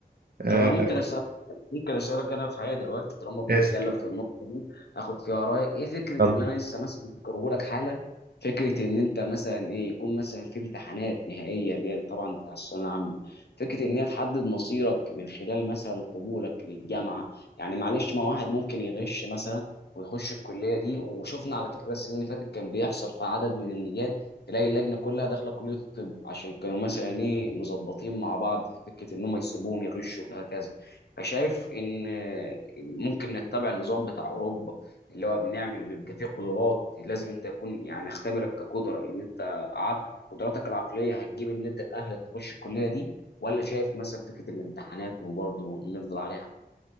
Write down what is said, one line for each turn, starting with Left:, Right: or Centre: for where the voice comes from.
Right: آه،
Left: طب انا ممكن اسالك ممكن اسالك انا في حاجه دلوقتي طالما بنتكلم
Right: اسأل
Left: في النقطه دي اخد فيها رايك ايه فكره
Right: يلا
Left: ان انا لسه مثلا بذكره لك حالا فكره ان انت مثلا ايه يكون مثلا في امتحانات نهائيه اللي هي طبعا بتاع الثانويه العامه فكره ان هي تحدد مصيرك من خلال مثلا قبولك للجامعه يعني معلش ما واحد ممكن يغش مثلا ويخش الكليه دي وشفنا على فكره السنين اللي فاتت كان بيحصل في عدد من اللي تلاقي اللجنه كلها داخله كليه الطب عشان كانوا مثلا ايه مظبطين مع بعض في فكره ان هم يسيبوهم يغشوا وهكذا فشايف ان آه، ممكن نتبع النظام بتاع اوروبا اللي هو بنعمل بيبقى فيه قدرات لازم انت يكون يعني اختبرك كقدره ان انت عق... قدراتك العقليه هتجيب ان انت تاهلك تخش الكليه دي ولا شايف مثلا فكره الامتحانات وبرضه نفضل عليها